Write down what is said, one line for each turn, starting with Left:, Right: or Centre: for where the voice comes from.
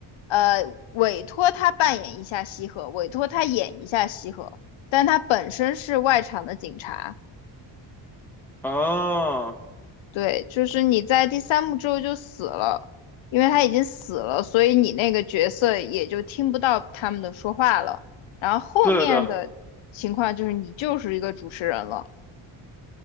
Left: 呃，委托他扮演一下西河，委托他演一下西河，但他本身是外场的警察。
Centre: 啊，
Left: 对，就是你在第三幕之后就死了，因为他已经死了，所以你那个角色也就听不到他们的说话了。然后后面的情况就是你就是一个主持人了，
Centre: 对的，